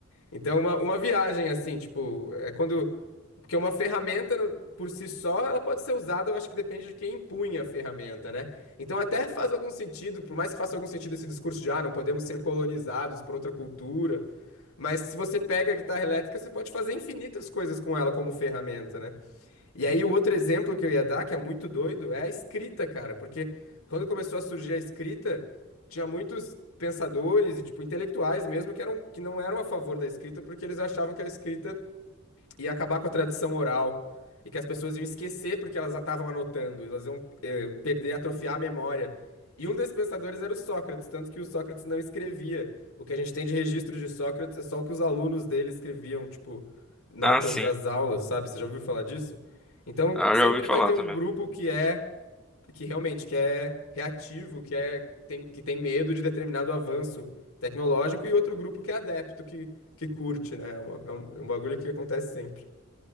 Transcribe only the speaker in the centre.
Ah, sim.
Ah,
eu já ouvi falar
também.